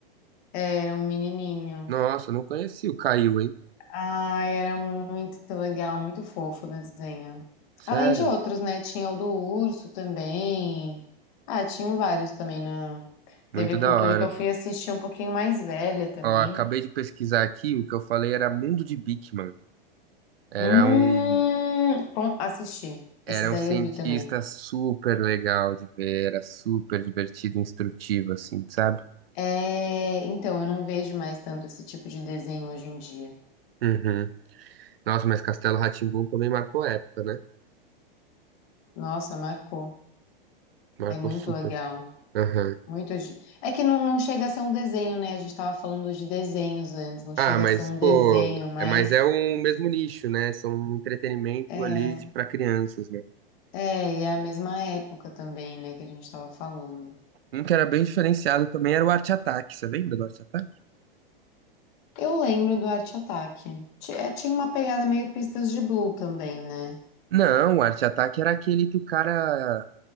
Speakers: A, on the left; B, on the right.
A: Era um menininho.
B: Nossa, eu não conheci o Caiu, hein?
A: Ah, era muito legal, muito fofo o desenho.
B: Sério?
A: Além de outros, né? Tinha o do urso também. Ah, tinham vários também na
B: Muito
A: TV
B: da
A: Cultura
B: hora.
A: que eu fui assistir um pouquinho mais velha também.
B: Ó, acabei de pesquisar aqui, o que eu falei era Mundo de Beakman. Era
A: Hum,
B: um
A: bom, assisti.
B: Era
A: Esse daí
B: um cientista
A: eu vi também.
B: super legal de ver, era super divertido, instrutivo, assim, sabe?
A: É, então, eu não vejo mais tanto esse tipo de desenho hoje em dia.
B: Uhum. Nossa, mas Castelo rá tim também marcou época, né?
A: Nossa, marcou.
B: Marcou
A: É muito
B: super.
A: legal.
B: Aham.
A: Muito. de- É que não, não chega a ser um desenho, né? A gente tava falando de desenhos antes, não chega
B: Ah, mas,
A: a ser um
B: pô,
A: desenho, mas
B: é, mas é um mesmo nicho, né? São um entretenimento
A: é,
B: ali de para crianças, né?
A: é, e é a mesma época também, né, que a gente tava falando.
B: Um que era bem diferenciado também era o Arte Ataque. Você lembra do Arte Ataque?
A: Eu lembro do Arte Ataque. Ti- é, Tinha uma pegada meio pistas de Blue também, né?
B: Não, o Arte Ataque era aquele que o cara